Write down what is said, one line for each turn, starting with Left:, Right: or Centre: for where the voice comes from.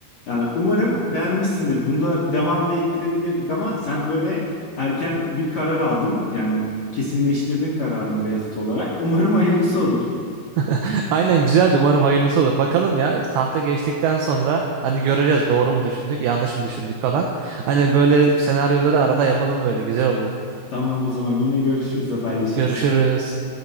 Left: Yani umarım beğenmişsindir. Bunda devam da ettirebilirdik ama sen böyle erken bir karar aldın. Yani kesinleştirdin kararını Beyazıt olarak. Umarım hayırlısı olur.
Right: <laughs> Aynen güzeldi. Umarım hayırlısı olur. Bakalım ya tahta geçtikten sonra hani göreceğiz doğru mu düşündük, yanlış mı düşündük falan. Hani böyle senaryoları arada yapalım böyle güzel oluyor.
Left: Tamam o zaman yine görüşürüz, haberleşiriz.
Right: Görüşürüz.